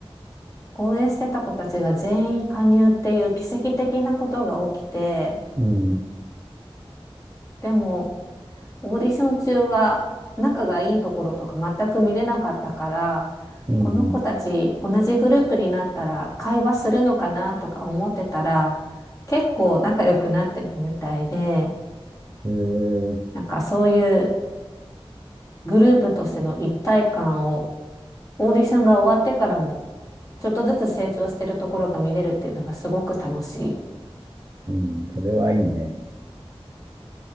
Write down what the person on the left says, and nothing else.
応援してた子たちが全員加入っていう奇跡的なことが起きて、
でもオーディション中は仲がいいところとか全く見れなかったから、
この子たち同じグループになったら会話するのかなとか思ってたら、結構仲良くなってるみたいで、
なんかそういうグループとしての一体感をオーディションが終わってからもちょっとずつ成長してるところが見れるっていうのがすごく楽しい。